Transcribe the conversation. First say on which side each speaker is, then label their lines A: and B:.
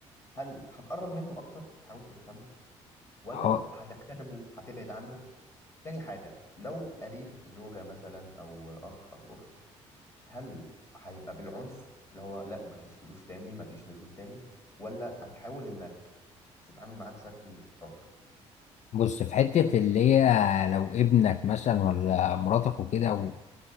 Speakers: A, on the left; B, on the left.
A: هل هتقرب منه اكتر تحاول تفهمه ولا
B: أهو
A: هت- هتجتنبه هتبعد عنه تاني حاجه لو قريب زوجه مثلا او اخ او اخت هل هيبقى بالعنف اللي هو لا مفيش فلوس تاني مفيش نزول تاني ولا هتحاول انك تتعامل معاه بشكل اخر
B: بص في حتة اللي هي لو ابنك مثلا ولا مراتك
A: م-
B: وكده
A: م-
B: و-